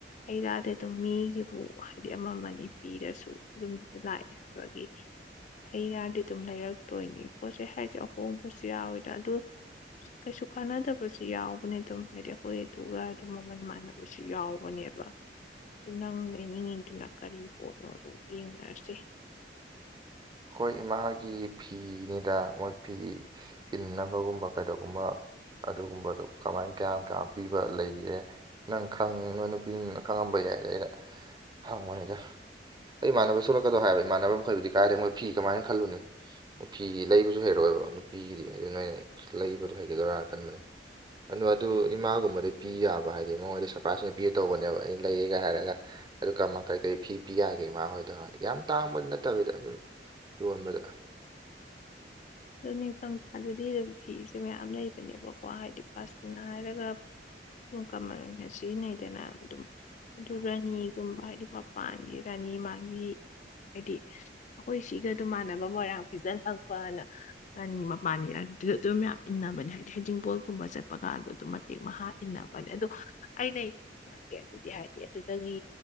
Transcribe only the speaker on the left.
ꯑꯩꯔꯗꯤ ꯑꯗꯨꯝ ꯃꯤꯒꯤꯕꯨ ꯍꯥꯏꯗꯤ꯫ ꯄꯤꯔꯁꯨ ꯌꯨꯝꯗ ꯂꯥꯛꯑꯦ ꯍꯥꯏꯕꯒꯤ ꯍꯩꯅꯔꯗꯤ ꯑꯗꯨꯝ ꯂꯩꯔꯛꯇꯣꯏꯅꯤ ꯄꯣꯠ ꯆꯩ ꯍꯥꯏꯁꯦ ꯑꯍꯣꯡꯕꯁꯨ ꯌꯥꯎꯋꯤꯗ ꯑꯗꯨ ꯀꯩꯁꯨ ꯀꯥꯟꯅꯗꯕꯁꯨ ꯌꯥꯎꯕꯅꯦ ꯑꯗꯨꯝ ꯍꯥꯏꯗꯤ ꯑꯩꯈꯣꯏ ꯑꯇꯒ ꯑꯗꯨꯝ ꯃꯃꯜ ꯃꯥꯟꯅꯕ ꯌꯥꯎꯕꯅꯦꯕ ꯅꯪ ꯂꯩꯅꯤꯡ ꯑꯗꯨꯅ ꯀꯔꯤ ꯄꯣꯠꯅꯣ ꯑꯗꯨ ꯌꯦꯡꯅꯔꯁꯦ꯫
ꯑꯗꯨ ꯅꯤꯡꯊꯝꯊꯥꯗꯗꯤ ꯑꯗꯨꯝ ꯐꯤꯁꯨꯦ ꯃꯌꯥꯝ ꯂꯩꯕꯅꯦꯕꯀꯣ ꯍꯥꯏꯗꯤ ꯄꯥꯁꯅꯥ ꯍꯥꯏꯔꯒ ꯑꯗꯨꯝ ꯀꯃꯟ ꯑꯣꯏꯅ ꯁꯤꯖꯤꯟꯅꯩꯗꯅ ꯑꯗꯨꯝ ꯑꯗꯨ ꯔꯥꯅꯤꯒꯨꯝꯕ ꯍꯥꯏꯗꯤ ꯃꯄꯥꯟꯒꯤ ꯔꯥꯅꯤ ꯃꯥꯥꯟ ꯍꯥꯏꯗꯤ ꯑꯩꯈꯣꯏ ꯁꯤꯒ ꯑꯗꯨꯃꯥꯟꯅꯕ ꯃꯣꯏꯔꯥꯡ ꯐꯤꯖꯟ ꯈꯛꯄꯅ ꯑꯅꯤ ꯃꯄꯥꯟꯅꯤ ꯔꯥꯅꯤꯗꯨꯗ ꯑꯗꯨꯝ ꯃ ꯏꯟꯅꯕꯅꯦ ꯍꯥꯏꯗꯤ ꯍꯩꯖꯤꯡꯕꯣꯜꯒꯨꯝꯕ ꯆꯠꯄ ꯀꯥꯟꯗꯣ ꯑꯗꯨꯝ ꯃꯇꯦꯛ ꯃꯍꯥ꯫ ꯏꯟꯅꯕꯅꯦ ꯑꯗꯣ ꯑꯩꯅ ꯀꯦ ꯑꯗꯨꯗꯤ ꯍꯥꯏꯗꯤ ꯑꯗꯨꯗꯒꯤ